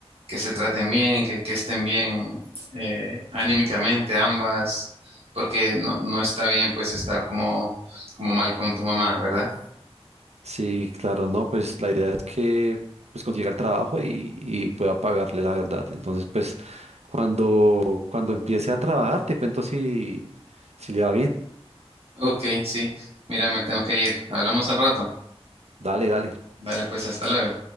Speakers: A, on the right (about 65°); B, on the right (about 85°).
A: que se traten bien, que, que estén bien eh, anímicamente ambas, porque no, no está bien pues estar como, como mal con tu mamá, ¿verdad?
B: Sí, claro, no, pues la idea es que pues consiga el trabajo y, y pueda pagarle la verdad. Entonces, pues cuando, cuando empiece a trabajar, te cuento si, si le va bien.
A: Ok, sí, mira, me tengo que ir. Hablamos al rato.
B: Dale, dale.
A: Dale, pues, hasta luego.